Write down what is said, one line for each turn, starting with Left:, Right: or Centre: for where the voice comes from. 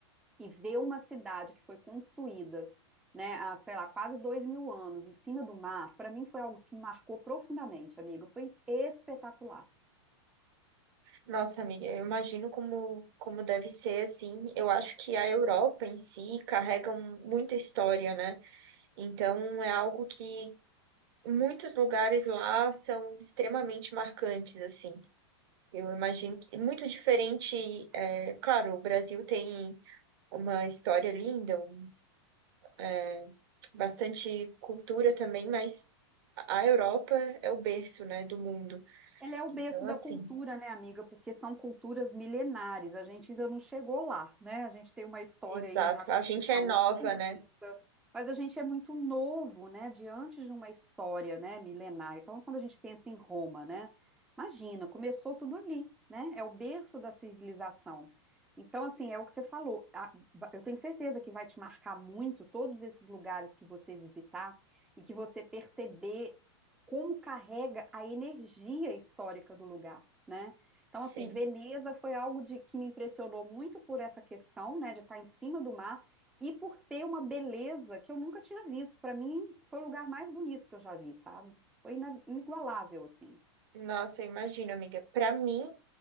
Centre: e ver uma cidade que foi construída, né, há, sei lá, quase dois mil anos em cima do mar, para mim foi algo que me marcou profundamente, amiga. Foi espetacular.
Right: Nossa, amiga, eu imagino como, como deve ser, assim. Eu acho que a Europa em si carrega um- muita história, né? Então é algo que muitos lugares lá são extremamente marcantes, assim. Eu imagino que é muito diferente. é, claro, o Brasil tem uma história linda, um, é, bastante cultura também, mas a Europa é o berço, né, do mundo.
Centre: Ela é o
Right: Então,
Centre: berço da
Right: assim,
Centre: cultura, né, amiga? Porque são culturas milenares. A gente ainda não chegou lá, né? A gente tem uma história
Right: exato.
Centre: aí já, como
Right: A gente
Centre: você falou,
Right: é nova,
Centre: muito
Right: né?
Centre: rica. Mas a gente é muito novo, né, diante de uma história, né, milenar. Então, quando a gente pensa em Roma, né, imagina, começou tudo ali, né? É o berço da civilização. Então, assim, é o que você falou. A- va- Eu tenho certeza que vai te marcar muito todos esses lugares que você visitar e que você perceber como carrega a energia histórica do lugar, né? Então,
Right: Sim.
Centre: assim, Veneza foi algo de, que me impressionou muito por essa questão, né, de estar em cima do mar e por ter uma beleza que eu nunca tinha visto. Para mim, foi o lugar mais bonito que eu já vi, sabe? Foi ina- inigualável, assim.
Right: Nossa, eu imagino, amiga. Para mim,